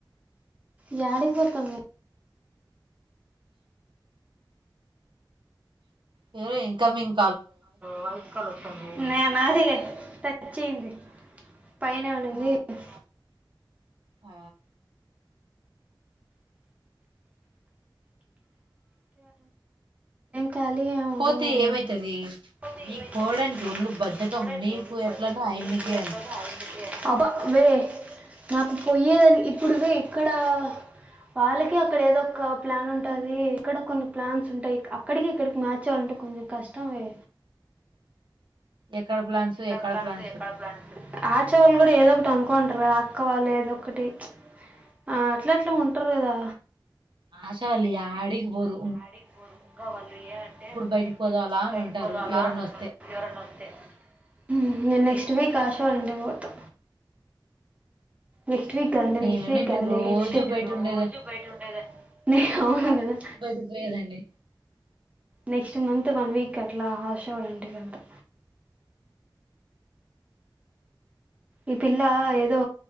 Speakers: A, on the right; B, on the right.
A: యడికి పోతము
B: ఎవరో ఇంకమింగ్
A: వైట్ కల్ వస్తుంది తచ్చేంది పైన <unintelligible>
B: ఆ ఆ
A: కళీగా ఉండమే
B: పోతే ఏమైతది
A: <unintelligible>
B: నీకు పోవడానికి ఒళ్ళు బద్దకం నీకు ఎట్లనో ఆయమ్మకి అంతే
A: నాకు పోయ్యేదని ఇప్పుడువే ఎక్కడ వాళ్ళకి అక్కడ ఏదో ఒక ప్లాన్ ఉంటది ఇక్కడ కొన్ని ప్లాన్స్ ఉంటాయి అక్కడికి ఇక్కడికి మార్చాలంటే కొంచెం కష్టంమే
B: ఎక్కడ ప్లాన్స్
A: ఎక్కడ ప్లాంట్స్
B: ప్లాన్స్
A: ఎక్కడ ప్లాంట్ ఆచేవాళ్ళు కూడా ఏదో ఒకటి అనుకోంటారు వా అక్క వాళ్ళు ఏదొ ఒకటి ఆ అట్లా అట్లా ఉంటారు కదా
B: ఆశ అలి అడిగ బోరు
A: అడిగిపోదు ఇంకా వాళ్ళు ఏ అంటే
B: బయటికి పోదాలా
A: ఇప్పుడప్పుడు
B: అని
A: పైటికి
B: ఉంటారు
A: పోద అలా
B: ఎవరన్నా
A: అని ఉండదు
B: వస్తే
A: ఎవరని వస్తే నెక్స్ట్ వీక్ ఆశవాల్ండడి పోతా నెక్స్ట్ వీక్ అద
B: నేనునంటే
A: నెక్స్ట్ వీక్ అలే
B: రోజు
A: నెక్స్ట్
B: బయట
A: రోజు
B: ఉండేది
A: బయ ఉండే న అవును కదా
B: అదిపోయేదండి
A: నెక్స్ట్ మంత్ వన్ వీక్ అట్లా హాష కూడా ఇంటి కదు ఈ పిల్ల ఏదో